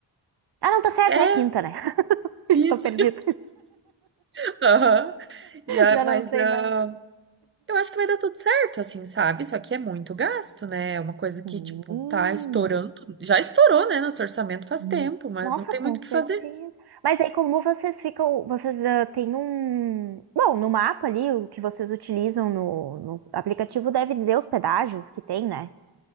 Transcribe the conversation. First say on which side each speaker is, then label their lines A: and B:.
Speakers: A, on the right (about 55°); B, on the right (about 25°).
A: Ah, não, tá certo.
B: É,
A: É quinta, né? <laughs> Já
B: isso.
A: tô perdida.
B: <laughs> Aham. E a-
A: Já
B: mas
A: não sei
B: ah,
A: mais.
B: eu acho que vai dar tudo certo, assim, sabe? só que é muito gasto, né? É uma coisa que,
A: Hum,
B: tipo, tá estourando. Já estourou, né? Nosso orçamento faz
A: hum.
B: tempo, mas
A: nossa,
B: não tem
A: com
B: muito
A: certeza.
B: o que fazer.
A: Mas aí, como vocês ficam. Vocês ah, têm um. Bom, no mapa ali, o que vocês utilizam no, no aplicativo deve dizer os pedágios que tem, né?